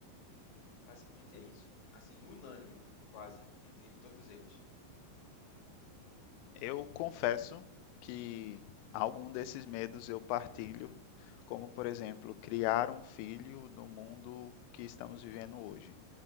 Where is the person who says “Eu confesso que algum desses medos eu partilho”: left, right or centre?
Left